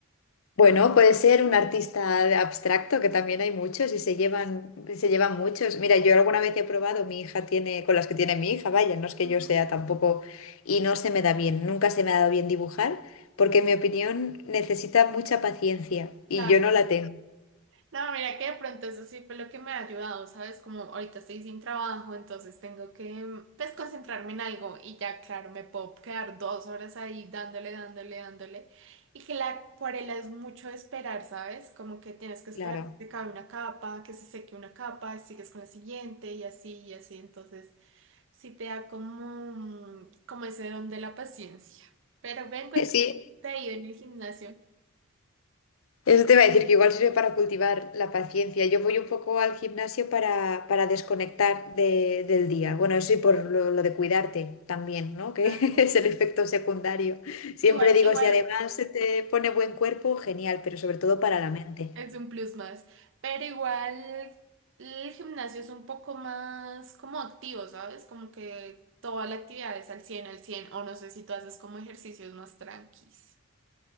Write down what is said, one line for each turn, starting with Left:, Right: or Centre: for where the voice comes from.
Left: Bueno, puede ser un artista de abstracto, que también hay muchos y se llevan, y se llevan muchos. Mira, yo alguna vez he probado, mi hija tiene, con las que tiene mi hija, vaya, no es que
Right: Ujú.
Left: yo sea tampoco, y no se me da bien, nunca se me ha dado bien dibujar, porque en mi opinión necesita mucha paciencia y
Right: Claro.
Left: yo no la tengo,
Right: No, mira que de pronto eso sí fue lo que me ha ayudado, ¿sabes? Como ahorita estoy sin trabajo, entonces tengo que mm, pues concentrarme en algo y ya, claro, me puedo quedar dos horas ahí dándole, dándole, dándole. Y que la acuarela es mucho de esperar, ¿sabes? Como que tienes que esperar
Left: claro.
Right: que se acabe una capa, que se seque una capa, y sigues con la siguiente y así y así. Entonces sí te da como, mm, como ese don de la paciencia. Pero ven, cuéntame,
Left: <laughs> Sí,
Right: ¿cómo te ha ido en el gimnasio.
Left: Eso te iba a decir que igual sirve para cultivar la paciencia. Yo voy un poco al gimnasio para, para desconectar de- del día. Bueno, eso y por lo, lo de cuidarte también, ¿no? Que
Right: Ah,
Left: <laughs> es el efecto secundario. Siempre
Right: Igual,
Left: digo,
Right: igual.
Left: si además se te pone buen cuerpo, genial, pero sobre todo para la mente.
Right: Es un plus más, pero igual el gimnasio es un poco más como activo, ¿sabes? Como que toda la actividad es al cien al 100 o no sé si tú haces como ejercicios más tranquis.